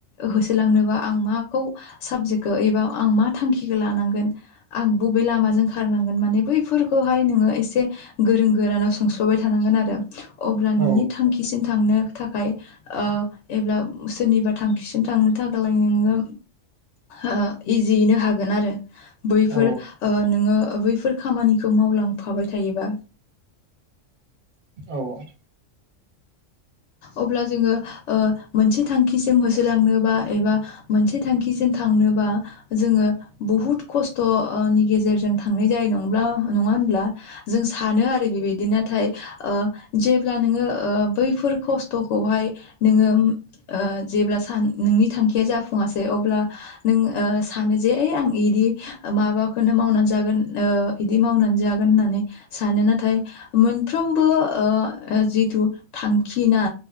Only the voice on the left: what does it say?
होसोलांनोबा आं माखौ साबजेक्टखौ एबा आं मा थांखिखौ लानांगोन आं बबे लामाजों खारनांगोन माने बैफोरखौहाय नोङो एसे गोरों गोरानाव सोंस्ल'बाय थानांगोन आरो अब्ला
नोंनि थांखिसिम थांनो थाखाय ओ एब्ला सोरनिबा थांखिसिम थांनो थाखायालाय नोङो ओह इजियैनो हागोन आरो बैफोर
ओ नोङो ओ बैफोर खामानिखौ मावलांफाबाय थायोबा
अब्ला जोङो ओ मोनसे थांखिसिम होसोलांनो बा एबा मोनसे थांखिसिम थांनोबा जोङो बुहुत खस्थ'ओनि गेजेरजों थांनाय जायो नब्ला न नङाहोनब्ला जों सानो आरो बेबादि नाथाय ओ जे ब्ला नोङो बैफोर खस्थ'खौहाय नोङो ओ जेब्ला सान नोंनि थां खिया जाफुङासै अब्ला नों ओ सानो जे ओइ आं बिदि माबाखौनो मावनानै जाग गोन ओ बिदि मावनानै जागोन होननानै सानो नाथाय मोनफ्रोमबो ओ ओ जिथु थांखिना